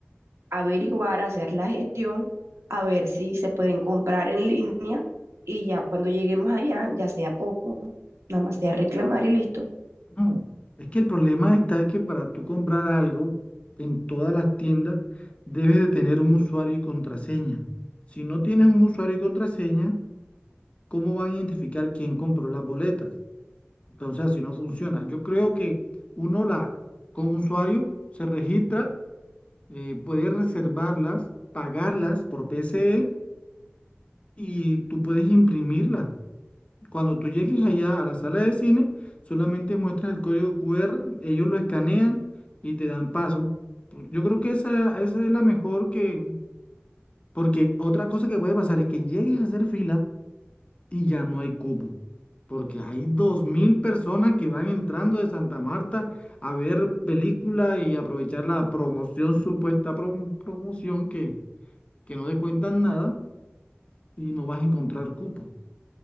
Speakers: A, on the right (about 80°); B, on the left (about 30°).
A: averiguar, hacer la gestión, a ver si se pueden comprar en línea y ya cuando lleguemos allá, ya sea poco, nada más sea reclamar y listo.
B: No, es que el problema está que para tú comprar algo en todas las tiendas debes de tener un usuario y contraseña. Si no tienes un usuario y contraseña, ¿cómo van a identificar quién compró las boletas? Entonces así no funciona. Yo creo que uno la con usuario se registra, eh, puede reservarlas, pagarlas por PSE y tú puedes imprimirlas. Cuando tú llegues allá a la sala de cine, solamente muestras el código QR, ellos lo escanean y te dan paso. Pu- Yo creo que esa, esa es la mejor que... Porque otra cosa que puede pasar es que llegues a hacer fila y ya no hay cupo. Porque hay 2.000 personas que van entrando de Santa Marta a ver película y aprovechar la promoción, supuesta prom- promoción que, que no descuentan nada y no vas a encontrar cupo.